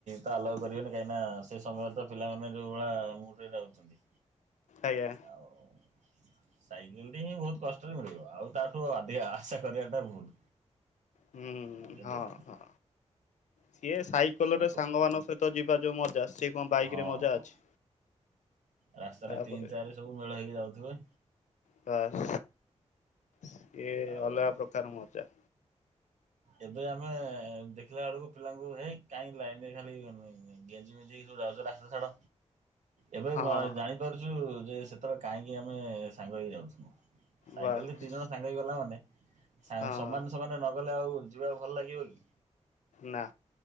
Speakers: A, on the right; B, on the left.
A: ତ ଆଲାଉ କରିବେନି କାହିଁକି ନା ସେ ସମୟରେ ତ ପିଲାମାନେ ଯୋଉ ଭଳିଆ ମୁଡରେ ଯାଉଛନ୍ତି।
B: ଆଜ୍ଞା।
A: ଆଉ। ସାଇକେଲ ଟି ହିଁ ବହୁତ କଷ୍ଟରେ ମିଳିବ ଆଉ ତାଠୁ ଅଧିକା ଆଶା କରିବାଟା ଭୁଲ।
B: ହୁଁ
A: ଆଉ କିଏ
B: ହଁ
A: ଦେବେନି
B: ହଁ ସିଏ ସାଇକେଲରେ
A: ସେ କ
B: ସାଙ୍ଗ ମାନଙ୍କ ସହିତ ଯିବା ଯୋଉ ମଜା ସିଏ କଣ ବାଇକ
A: ହଁ
B: ରେ ମଜା ଅଛି
A: ରାସ୍ତାରେ
B: ତାପରେ?
A: ତିନି ଚାରି ସବୁ ମେଳ ହୋଇକି ଯାଉଥିବେ।
B: ବାସ୍ ସିଏ
A: ଆଉ
B: ଅଲଗା ପ୍ରକାର ମଜା।
A: ଏବେ ଆମେ ଦେଖିଲା ବେଳକୁ ପିଲାଙ୍କୁ ହେଇ କାହିଁ ଲାଇନରେ ଖାଲି ଗେଞ୍ଜି ମିଞ୍ଜି ହେଇକି ସବୁ ଯାଉଛ ରାସ୍ତା ଛାଡ଼। ଏବେ
B: ହଁ
A: ଜାଣିପାରୁଛୁ ଯେ ସେତେବେଳେ କାହିଁକି ଆମେ ସାଙ୍ଗ ହେଇକି ଯାଉଥିନୁ। ସାଇକେଲରେ
B: ବାସ୍
A: ଦି ଜଣ ସାଙ୍ଗ ହେଇ ଗଲା ମାନେ ସାଇ
B: ହଁ
A: ସମାନ ସମାନ ନଗଲେ ଆଉ ଯିବାକୁ ଭଲ ଲାଗିବ କି
B: ନା।